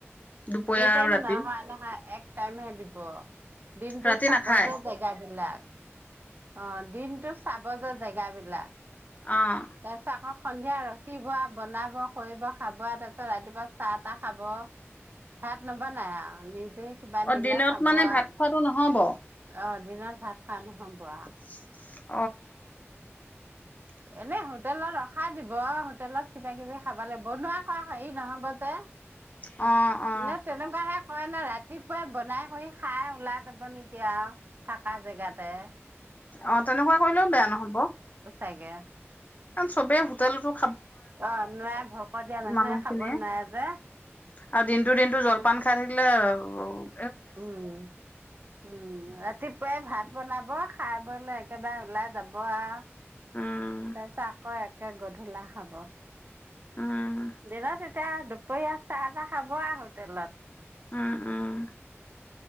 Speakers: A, on the left (about 35°); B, on the right (about 45°).
A: দুপৰীয়া
B: দুই- টাইম
A: আৰু ৰাতি
B: নহয়, নহয় এক টাইম হে দিব। দিনতটো
A: ৰাতি
B: চাব
A: নাখায়
B: যে জেগা বিলাক। অ ', দিনতটো চাব যে জেগাবিলাক।
A: অ
B: তাৰ পিছত আকৌ সন্ধি, এয়া ৰখিবা, বনাব- কৰিব খাবা আৰু তাৰপিছত ৰাতিপুৱা চাহ- তাহ খাব। ভাত নবনাই আৰু নিজ, সি নিজে কিবা
A: অ
B: নিলে
A: দিনত
B: খাব
A: মানে
B: আৰু
A: ভাত খোৱাটো নহব।
B: অ', দিনত ভাত খোৱা নহব?
A: <inaudible>
B: আৰু। <inaudible> এনে হোটেলত ৰখাই দিব হোটেলত কিবা- -কিবি খাব লাগিব বনোৱা কৰা হেৰি নহব যে,
A: অ অ
B: ন, তেনেকুৱাহে হয় এনে, ৰাতিপুৱাই বনাই কৰি খাই ওলাই যাব নেকি আৰু থাকা জেগাতে।
A: অ', তেনেকুৱা কৰিলেও বেয়া নহব।
B: সাকে
A: কাৰ চবে হোটেল ৰ
B: অ নোৱাৰে ভক দিয়া মানুহে
A: মানুহখিনিয়ে
B: খাব নোৱাৰে যে
A: আৰু দিনটো দিনটো জলপান খাই থাকিলে অ
B: উম উম ৰাতিপুৱাই ভাত বনাব খাই বলে একেবাৰে ওলাই যাব আৰু তাৰপিছত
A: উম
B: আক এক ত গধূলা খাব
A: উম
B: দেনা তেতিয়া দু পয়া চাহ খাব আৰু হোটেলত
A: উম উম